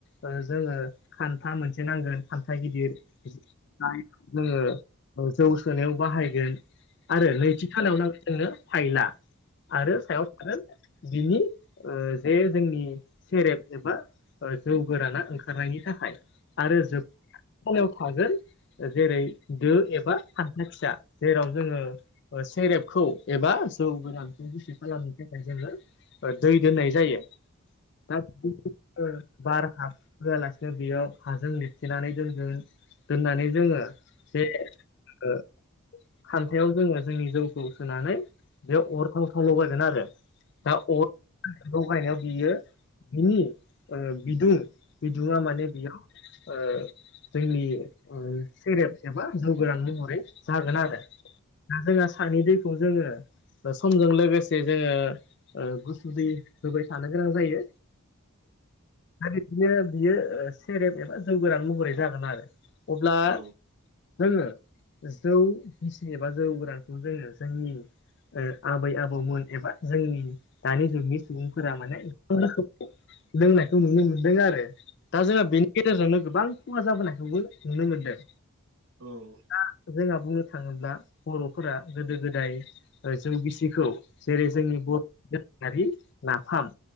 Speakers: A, on the left; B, on the right.
A: ओ जोङो खान्था मोनसे नांगोन खान्था गिदिर जायखौ जोङो जौ सोनायाव बाहायगोन आरो नैथि सानाव नांगोन जोंनो फाइला आरो सायाव थागोन बिनि ओ जे जोंनि सेरेब एबा जौ गोराना ओंखारनायनि थाखाय आरो जोबथायाव थागोन जेरै दो एबा खान्था फिसा जेराव जोङो ओ सेरेबखौ एबा जौ गोरानखौ रिसिभ खालामनो थाखाय जोङो दै दोननाय जायो दा <unintelligible> ओ बार हाबहोआलासिनो बेयाव हाजों लिरथेनानै दोनगोन दोननानै जोङो बे जोङो खान्थायाव जोङो जोंनि जौखौ सोनानै बेयाव अर धाव धाव लगायगोन आरो दा अर लगायनायाव बियो बिनि बिदुं बिदुङा माने बियाव ओ जोंनि ओं सेरेब एबा जौ गोनां महरै जागोन आरो दा जोंहा सानि दैखौ जोङो समजों लोगोसे जोङो ओ गुसु दै होबाय थानो गोनां जायो दा बे बिदिनो बियो सेरेब एबा जौगोरान महरै जागोन आरो अब्ला
B: औ औ
A: जोङो जौ गिसि एबा जौ गोरानखौ जोङो जोंनि ओ आबै आबौमोन एबा जोंनि दानि जुगनि सुबुंफोरा माने <unintelligible> लोंनायखौ नुनो मोनदों आरो। दा जोंहा बेनि गेजेरजोंनो गोबां खहा जाबोनायखौबो नुनो मोनदों।
B: औ
A: दा जोंहा बुंनो थाङोब्ला बर'फोरा गोदो गोदाय ओ जौगिसिखौ जेरै जोंनि बर'नि दोरोङारि नाफाम